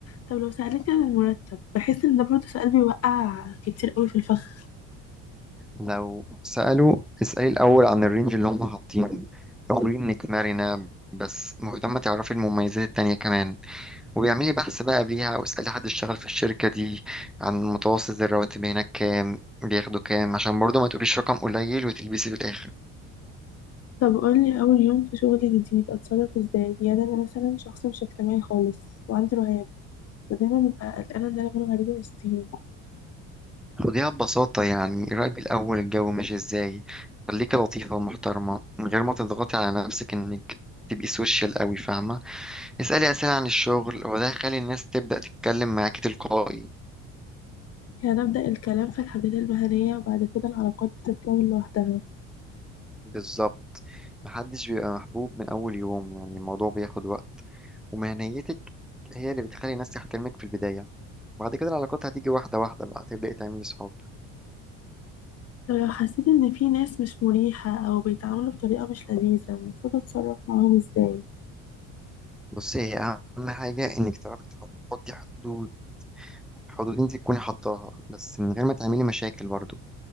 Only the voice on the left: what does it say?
طب لو سألتك عن المرتب بحس ان ده برضه سؤال بيوقع كتير قوي في الفخ
طب قولي اول يوم في شغل جديد اتصرف ازاي يعني انا مثلا شخص مش اجتماعي خالص وعندي رهاب ودايما ببقى قلقانة ان انا اكون غريبة وسطيهم
يعني أبدأ الكلام في الحاجات المهنية وبعد كده العلاقات بتتكون لوحدها
طب لو حسيت ان في ناس مش مريحة او بيتعاملوا بطريقة مش لذيذة المفروض اتصرف معاهم ازاي